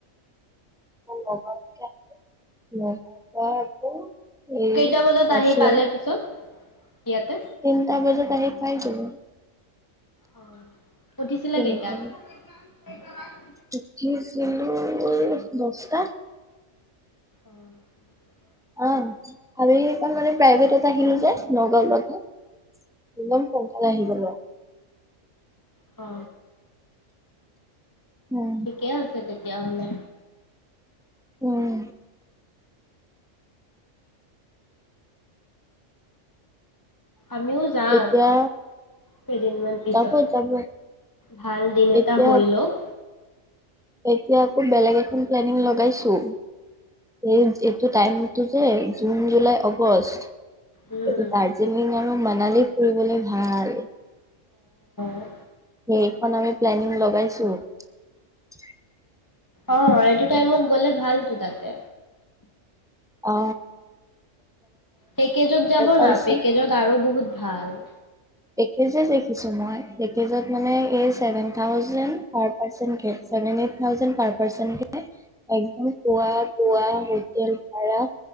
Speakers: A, in the centre; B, on the left.
A: লগাতকে আহ লগাৰ আকৌ এই
B: কেইটা বজাত
A: পাইছিলে
B: আহি পালে পিছত ইয়াতে
A: তিনটা বজাত ত পাই‌ যাব
B: অ উঠিছিলা
A: তিনটা
B: কেইটাত
A: বজাত
B: এই <inaudible>
A: উঠিছিলো দছটা
B: অ <inaudible>
A: আহ আৰু সেইঅকণ মানে প্ৰাইভেটত আহিলো যে নগাঁৱ লৈকে একদম সোনকালে আহি গলোঁ আৰু
B: অ
A: উম
B: ঠিকে আছে তেতিয়া তেতিয়াহ'লে
A: উম
B: আমিও যাম,
A: এতিয়া
B: কেইদিনমান পিছত,
A: যাব যাব
B: ভাল দিন এটা
A: এতিয়া
B: হৈ লওঁক
A: এতিয়া আকৌ বেলেগ এখন প্লেনিং লগাইছোঁ এই এইটো টাইমতটো যে জুন জুলাই আগষ্ট
B: অ উম
A: সেতু দাৰ্জিলিং আৰু মানালীত ফুৰিবলে ভাল উম
B: অ
A: মানে আমি প্লেনিং লগাইছোঁ ঠিকে আছে।
B: অ এইটো টাইমত গ'লে ভালতো তাতে।
A: অ
B: পেকেজত যাব
A: পাৰ্চন
B: না পেকেজত আৰু বহুত <inaudible> ভাল
A: পেকেজে চাই ফুৰিছোঁ মই পেকেজত মানে এই ছেভেন থাউজেণ্ড পাৰ পাৰ্চেন্ট উঠে seven, eight thousand per percent মানে অন্য খোৱা বোৱা হোটেল ভাড়া